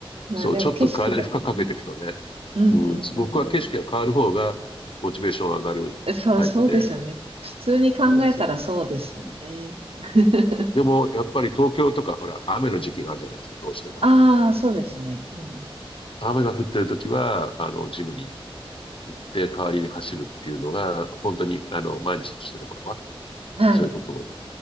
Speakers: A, on the right; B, on the left.
A: まあでも景色とかね。
B: そう、ちょっと体に負荷かけていくとね。
A: うんうんうんう
B: うん、僕は景色が変わる方がモチベーション上がるタイプで、
A: ん。そう、そうですよね。普通に考えたらそうですよね。
B: そうなんですよ。うん。
A: <laughs>
B: でも、やっぱり東京とか、ほら、雨の時期があるじゃないですか、どうしても。
A: ああ、そうですね。うんうん。
B: 雨が降ってる時は、あの、ジムに行って代わりに走るっていうのが、本当に、あの、毎日してる頃は、
A: はい。
B: そういうことを